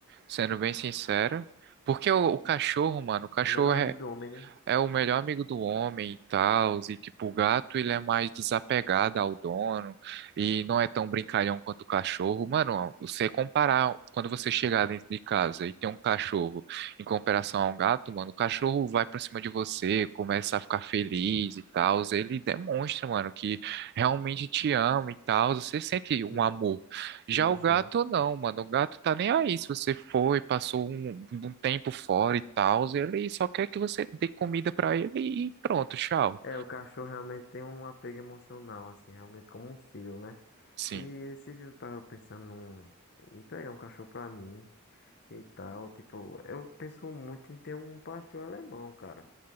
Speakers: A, on the right; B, on the left.
A: Sendo bem sincero. Porque o, o cachorro, mano, o cachorro
B: É melhor
A: é,
B: amigo do homem, né?
A: é o melhor amigo do homem e tal, e tipo, o gato ele é mais desapegado ao dono e não é tão brincalhão quanto o cachorro. Mano, você comparar quando você chegar dentro de casa e tem um cachorro em comparação a um gato, mano, o cachorro vai pra cima de você, começa a ficar feliz e tal, ele demonstra, mano, que realmente te ama e tal, você sente
B: <laughs>
A: um amor.
B: Sim,
A: Já o
B: sim.
A: gato não, mano. O gato tá nem aí. Se você foi, passou um, um tempo fora e tal, ele só quer que você dê comida pra ele e pronto, tchau.
B: É, o cachorro realmente tem um apego emocional, assim, realmente como um filho, né?
A: Sim.
B: E esse dia eu tava pensando num- em pegar um cachorro pra mim e tal, tipo, eu penso muito em ter um pastor alemão, cara.